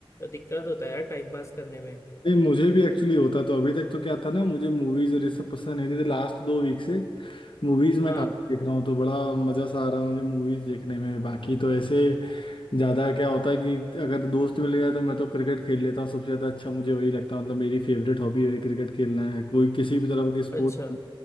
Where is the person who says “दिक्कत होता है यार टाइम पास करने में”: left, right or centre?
Left